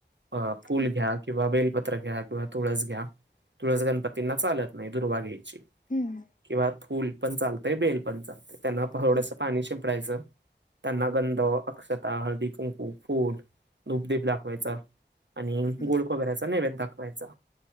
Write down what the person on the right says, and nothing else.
अ फुल
घ्या किंवा बेलपत्र घ्या किंवा तुळस घ्या तुळस गणपतींना चालत नाही. दुरभग्यची
किंवा फूल पण चालतय बेल पण चालत त्यांना थोडस
पाणी शिंपडायचं त्यांना गंध अक्षता हळदी कुंकु फूल दूपदीप दाखवायचा आणि
गोड खोबऱ्याचा नैवेद दाखवायचा